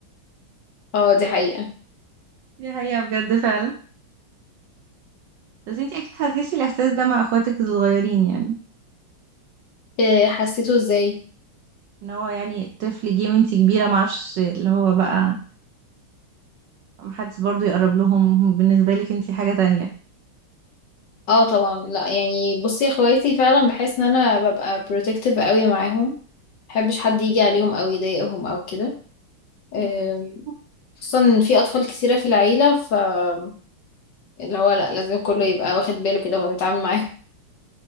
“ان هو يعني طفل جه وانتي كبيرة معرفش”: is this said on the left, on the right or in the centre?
Right